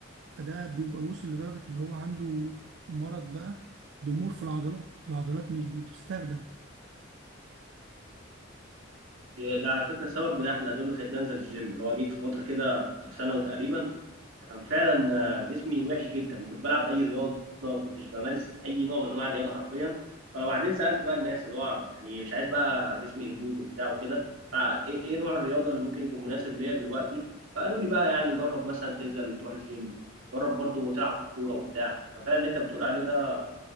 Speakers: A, on the right (about 65°); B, on the right (about 85°).
A: فده بيبقى وصل لدرجه اللي هو عنده مرض بقى ضمور في العضلات العضلات مش بتستخدم
B: ده ده على فكره سبب من احد الاسباب اللي خلتني انزل الجيم اللي هو جيت في فتره كده كنت في ثانوي تقريبا كان فعلا آه، جسمي وحش جدا ما كنتش بلعب اي رياضه ما كنتش بمارس اي نوع من انواع الرياضه حرفيا فبعدين سالت بقى الناس اللي هو يعني مش عايز بقى جسمي يبوظ وبتاع وكده فايه ايه إيه نوع الرياضه اللي ممكن يكون مناسب ليا دلوقتي فقالوا لي بقى يعني جرب مثلا تنزل تروح الجيم جرب برضو تلعب كوره وبتاع ففعلا اللي انت بتقول عليه ده